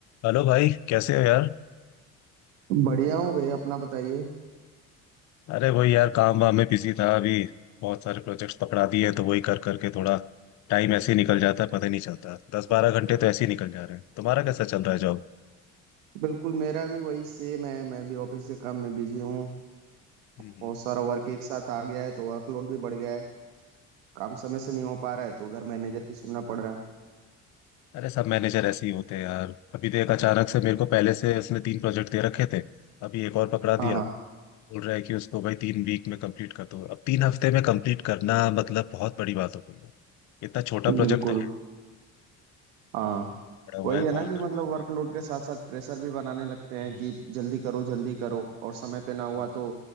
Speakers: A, on the left (about 50°); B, on the right (about 85°).
A: Hello भाई कैसे हो यार
B: बढ़िया हूँ भैया अपना बताइए
A: अरे वही यार काम वाम में बिजी था अभी बहुत सारे प्रोजेक्ट्स पकड़ा दिए हैं तो वही कर करके थोड़ा टाइम ऐसे ही निकल जाता है पता ही नहीं चलता दस बारह घंटे तो ऐसे ही निकल जा रहे हैं तुम्हारा कैसा चल रहा है जॉब
B: बिल्कुल मेरा भी वही सेम है मैं भी ऑफिस के काम में बिजी हूँ
A: हम्म
B: बहुत सारा वर्क एक साथ आ गया है तो वर्कलोड भी बढ़ गया है काम समय से नहीं हो पा रहा है तो उधर मैनेजर की सुनना पड़ रहा है
A: अरे सब मैनेजर ऐसे ही होते हैं यार अभी देख अचानक से मेरे को पहले से उसने तीन प्रोजेक्ट दे रखे थे अभी एक और पकड़ा
B: हाँ
A: दिया
B: हाँ
A: बोल रहा है कि उसको भाई तीन वीक में कंप्लीट कर दो अब तीन हफ्ते में कंप्लीट करना मतलब बहुत बड़ी बात हो गई है इतना छोटा
B: बिल्कुल
A: प्रोजेक्ट तो है
B: हाँ
A: बड़ा हुआ
B: वही
A: है
B: है
A: कॉल
B: ना कि
A: कर
B: मतलब
A: करके
B: वर्कलोड के साथ साथ प्रेशर भी बनाने लगते
A: हम्म,
B: हैं कि जल्दी करो जल्दी करो और समय पे ना हुआ
A: वही-
B: तो